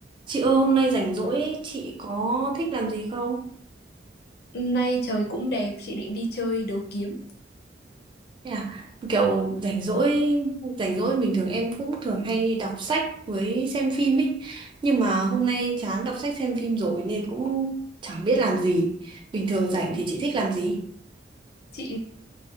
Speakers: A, on the right; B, on the left.
A: Chị ơi hôm nay rảnh rỗi chị có thích làm gì không?
B: Nay trời cũng đẹp, chị định đi chơi đấu kiếm.
A: Thế à, kiểu rảnh rỗi rảnh rỗi bình thường em cũng thường hay đọc sách với xem phim ấy nhưng mà hôm nay chán đọc sách xem phim rồi nên cũng chẳng biết làm gì bình thường rảnh
B: Ừ.
A: thì chị thích làm gì?
B: Chị